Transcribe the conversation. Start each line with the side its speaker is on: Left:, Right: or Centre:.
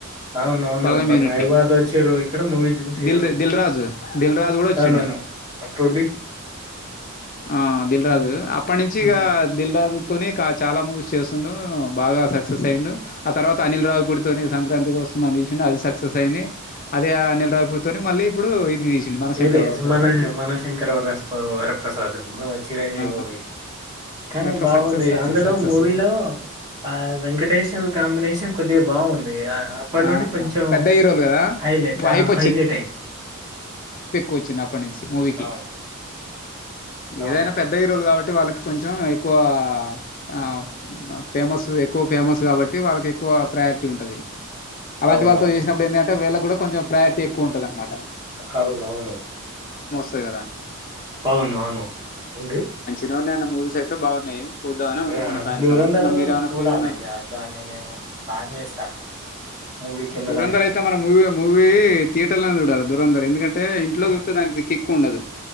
Right: అవున అవును
Left: బలగం యూనిట్
Right: మైబాద్
Left: ని
Right: వచ్చిర్రు ఇక్కడ మూవీ చూసిర్రు
Left: దిల్ దిల్ రాజు దిల్ రాజు కూడా వచ్చిండు
Right: అవునను అప్పు
Left: ఆ దిల్
Right: హ్మ్.
Left: రాజు అప్పటి నుంచి
Right: హ్మ్.
Left: ఇక దిల్ రాజు తోనే ఇక చాలా మూవీస్ చేస్తుండు బాగా సక్సెస్ అయిండు ఆ తర్వాత అనిల్ రావు పూడితోని సంక్రాంతికి వస్తున్నాం తీసిండు అది సక్సెస్ అయింది అదే అనిల్ రావు పూడితోని మళ్ళీ ఇప్పుడు ఇది తీసి మన శంకర్
Right: ఇదే
Left: వరప్రసాద్
Right: మన మన శంకర్ వరస్పవ వరప్రసాద్ చిరంజీవి
Left: ఆ
Right: మూవీ కానీ
Left: అట్లా
Right: బాగుంది
Left: సక్సెస్ సక్సెస్
Right: అందులో
Left: సక్సెస్
Right: మూవీలో ఆ వెంకటేష్ కాంబినేషన్ కొద్దిగా బాగుంది అప్పటి
Left: ఆ
Right: నుండి కొంచెం
Left: పెద్ద హీరోలు కదా
Right: హైలైట్
Left: హైప్
Right: హైలైట్ అయింది
Left: కొచ్చింది అప్పటి నుంచి
Right: అవును.
Left: ఏదైనా
Right: అవును.
Left: పెద్ద హీరోలు కాబ ట్టి వాళ్ళకి కొంచెం ఎక్కువ అ ఫేమస్ ఎక్కువ ఫేమస్ కాబట్టి వాళ్ళకి ఎక్కువ ప్రయారిటీ ఉంటాది అలాంటి
Right: అవునవును.
Left: వాళ్ళతో చేసినప్పుడు ఏంది అంటే వేళ్ళకు కూడా కొంచం ప్రయారిటీ ఎక్కువ ఉంటది అనమాట
Right: అవును అవును
Left: త్తది కదా
Right: అవును అవును ఏందీ
Left: నవీన్ అన్నా మూవీస్ అయితే బాగున్నాయి చూద్దామని అనుకుంటున్నా
Right: ఆ
Left: సాయంత్రం
Right: దురంధర్
Left: ఇంకా మీరేమైనా
Right: చూడాలి
Left: ఫ్రీగున్నారా
Right: ఇగ దాన్ని నేను ప్లాన్ చేస్తా మూవీకి వెళ్ళడానికి
Left: దురంధర్ అయితే మనం మూవీ మూవీ థియటర్ లోనే చూడాలి దూరందర్ ఎందుకంటే ఇంట్లో చూత్తే దానికి కిక్ కూండదు